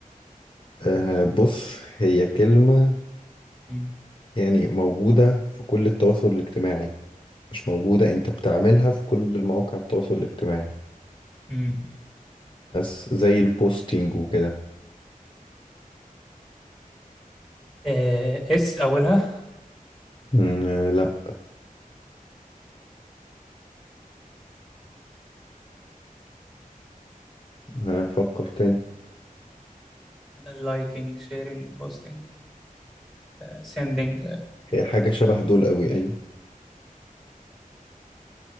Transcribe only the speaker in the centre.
امم
امم
آه اس اولها
لايكينج شيرينج بوستينج سيندينج